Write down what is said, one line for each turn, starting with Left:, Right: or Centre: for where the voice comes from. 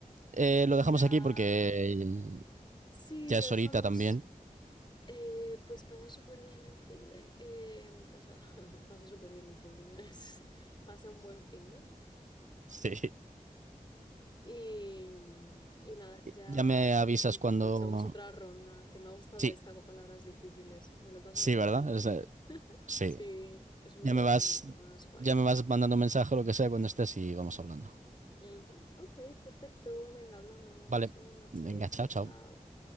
Right: eh,
Left: Pues
Right: lo dejamos
Left: ya,
Right: aquí porque
Left: sí,
Right: ya
Left: lo
Right: es
Left: dejamos.
Right: horita también. <laughs>
Left: Eh, pues pasa súper bien el fin de... eh, pasa <laughs> pasa súper bien el fin de mes. <laughs> Pasa un buen fin de...
Right: Sí.
Left: Y, y nada, ya
Right: Ya me
Left: estamos
Right: avisas
Left: en contacto.
Right: cuando...
Left: Echamos otra ronda, que me ha gustado
Right: Sí,
Left: esta con palabras difíciles. Me lo he pasado
Right: sí,
Left: mucho
Right: ¿verdad?
Left: mejor.
Right: Es de- sí.
Left: Sí, es un
Right: Ya
Left: reto
Right: me vas,
Left: mucho más guay.
Right: ya me vas mandando un mensaje o lo que sea cuando estés y vamos hablando.
Left: Ujú, Ok, perfecto. Venga, hablamos.
Right: Vale.
Left: Buenas noches.
Right: Venga, chao,
Left: Chao,
Right: chao.
Left: chao.